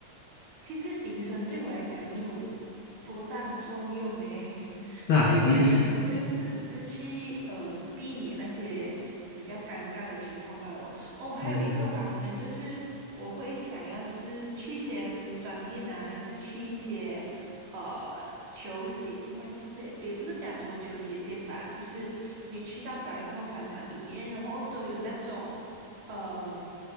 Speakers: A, on the right (about 75°); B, on the left (about 85°).
A: 其实隐身对我来讲没有多大的作用嘞，<laughs>
B: 那你你
A: 它对我来讲的作用就只是去嗯、呃避免那些比较尴尬的情况罢了哦。哦，还有一个吧，
B: 嗯
A: 可能就是我会想要就是去一些服装店啊，还是去一些呃。球鞋没不是也不是讲说球鞋店吧，就是你去到百货商场里面，然后都有那种。嗯